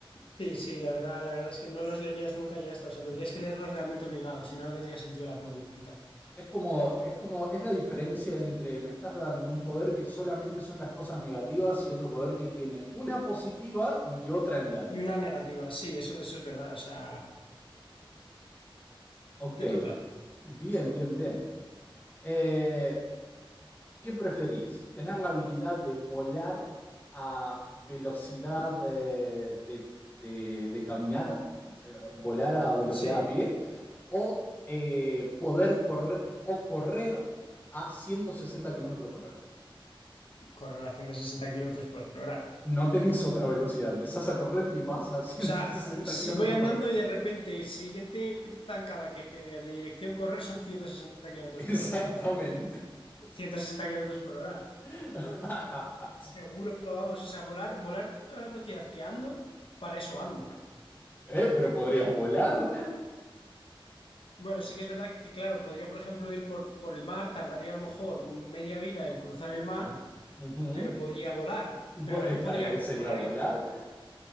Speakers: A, on the left (about 70°); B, on the left (about 20°).
A: Sí, sí, la verdad, la verdad es que no los leerías nunca y ya está. O sea, tendrías que leerlos realmente obligados, si no, no tendría sentido la pregunta.
B: Es como, es como, es la diferencia entre me estás dando un poder que solamente son las cosas negativas y otro poder que tiene una positiva y otra negativa.
A: Y una negativa, sí, eso, eso es verdad. O sea,
B: Ok,
A: Te toca.
B: bien, bien, bien. Eh, ¿qué preferís? ¿Tener la habilidad de volar a velocidad de, de- de- de caminata? Eh, ¿Volar a velocidad
A: sí,
B: a pie? ¿O eh, poder correr o correr a 160 kilómetros por hora?
A: correlación de 60 kilómetros por hora.
B: no tenés otra velocidad, empezás a correr y vas a <laughs> ciento
A: O sea,
B: sesenta
A: si
B: kilómetros
A: voy andando
B: por hora.
A: y de repente, siguiente zancada que pegue de dirección correr son ciento sesenta kilómetros
B: Exactamente.
A: por hora, ¿no? 160 kilómetros por hora.
B: <laughs>
A: Seguro, vamos. O sea, volar, volar a la velocidad que ando, para eso ando.
B: Eh, pero podrías volar.
A: Bueno, sí que es verdad que, claro, podría, por ejemplo, ir por, por el mar, tardaría a lo mejor media vida en cruzar el mar,
B: Ujú.
A: pero podría volar,
B: Bo-
A: pero también
B: Esta
A: podría
B: eh,
A: correr,
B: sería volar.